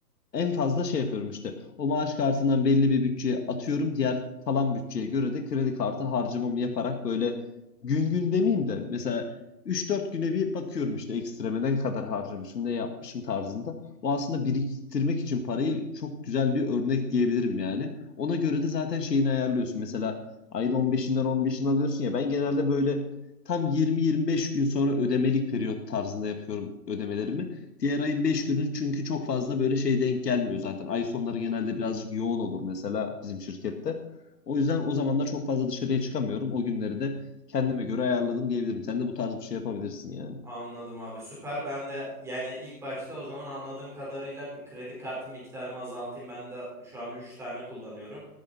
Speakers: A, on the left (about 80°); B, in the centre.
A: En fazla şey yapıyorum işte. O maaş kartından belli bir bütçeye atıyorum. Diğer kalan bütçeye göre de kredi kartı harcamamı yaparak böyle gün gün demeyeyim de mesela 3-4 güne bir bakıyorum işte ekstreme ne kadar harcamışım, ne yapmışım tarzında. Bu aslında biriktirmek için parayı çok güzel bir örnek diyebilirim yani. Ona göre de zaten şeyini ayarlıyorsun. Mesela ayın 15'inden 15'ini alıyorsun ya ben genelde böyle tam 20-25 gün sonra ödemelik periyot tarzında yapıyorum ödemelerimi. Diğer ayın 5 günü çünkü çok fazla böyle şey denk gelmiyor zaten. Ay sonları genelde birazcık yoğun olur mesela bizim şirkette. O yüzden o zamanlar çok fazla dışarıya çıkamıyorum. O günleri de kendime göre ayarladım diyebilirim. Sen de bu tarz bir şey yapabilirsin yani.
B: Anladım abi süper. Ben de yani ilk başta o zaman anladığım kadarıyla bir kredi kartı miktarımı azaltayım. Ben de şu an 3 tane kullanıyorum.